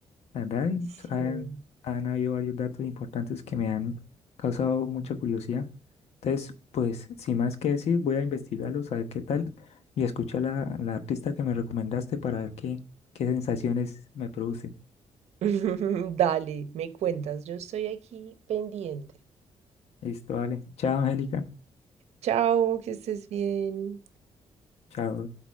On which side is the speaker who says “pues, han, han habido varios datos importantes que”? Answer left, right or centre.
Left